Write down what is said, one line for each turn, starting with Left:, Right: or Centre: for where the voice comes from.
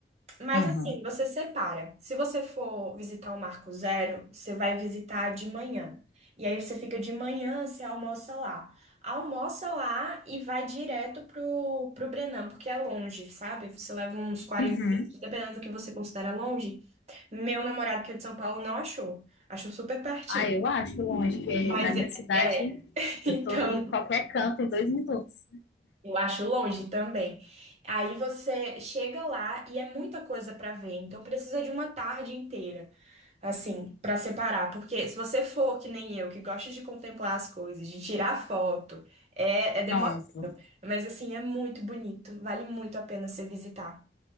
Right: Mas
Left: Uhum.
Right: assim, você separa. Se você for visitar o Marco Zero, você vai visitar de manhã. E aí você fica de manhã, você almoça lá. Almoça lá e vai direto pro, pro Brennand, porque é longe, sabe? Você leva uns quarenta
Left: Uhum.
Right: minutos, dependendo do que você considera longe. Meu namorado, que é de São Paulo, não achou. Achou super pertinho.
Left: Ah, eu acho longe, porque
Right: Mas
Left: na minha
Right: é,
Left: cidade
Right: é, <laughs>
Left: eu
Right: então.
Left: tô em qualquer canto em dois minutos.
Right: Eu acho longe também. Aí você chega lá e é muita coisa pra ver, então precisa de uma tarde inteira, assim, pra separar, porque se você for que nem eu, que gosta de contemplar as coisas, de tirar foto, é, é demorado,
Left: Pronto.
Right: mas assim, é muito bonito, vale muito a pena você visitar.